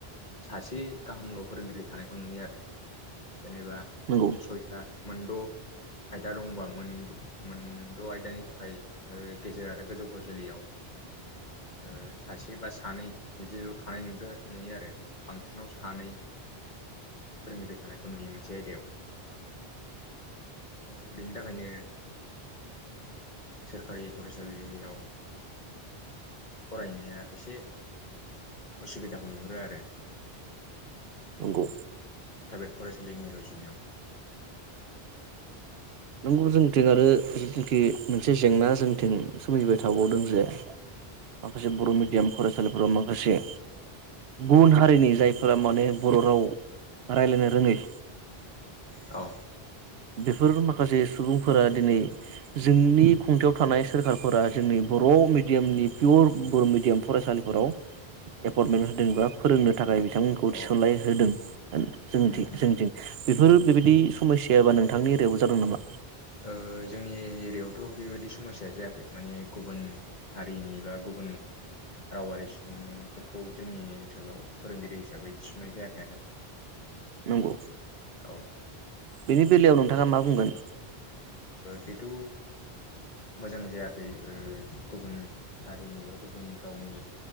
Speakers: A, on the left (about 45°); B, on the right (about 75°).
A: सासे गाहामल' फोरोंगिरि थानायखौ नुयो आरो जेनेबा
B: नंगौ
A: सयथा। मोनद'। आयदा दंबा मोन-मोनद' आयदानि थाखाय ओ गेजेर आरो गोजौ फरायसालियाव। ओ सासे बा सानै बिदिल' थानाय नुदो नुयो आरो। बांसिनाव सानै फोरोंगिरि थानायखौ नुयो मोनसे आयदायाव। ओ बिनि थाखायनो। सोरखारि फरायसालियाव। ओ फरायनाया एसे उसुबिदाखौ नुुहरो आरो।
B: नंगौ।
A: प्राइभेट फरायसालिनि रुजुनायाव।
B: नंगौ जोंथिं आरो जिथुनिखि मोनसे जेंना जोंथिं सोमजिबाय थाबावदों जे माखासे बर' मिडियाम फरायसालिफोराव माखासे गुबुन हारिनि जायफोरा माने बर' राव रायलायनो रोङै
A: औ।
B: बेफोर माखासे सुबुंफोरा दिनै जोंनि खुंथायाव थानाय सोरखारफोरा जोंनि बर' र' मिडियाम नि पियर बर' मिडियाम फरायसालिफोराव एपइन्टमेन्ट होदोंबा फोरोंनो थाखाय बि थांमोनखौ थिसनलाय
A: अ
B: होदों जोंथिं-जोंथिं
A: उम उम
B: बेफोर बेबायदि सम याबा नोंथांनि एरियायावबो जादों नामा?
A: ओ जोंनि एरियायावथ' बेबायदि समसाया जायाखै माने गुबुन हारिनि बा गु बुन। रावारि सुबुंफोरखौ जोंनि ओनसोलाव फोरोंगिरि हिसाबै थिसुनाय जायाखै आरो।
B: नंगौ
A: औ ओ
B: बेनि बेलायाव नोंथाङा मा बुंगोन।
A: बेथ' मोजां जायाखै ओ गुबुन हारिनि बा गुबुन रावनि।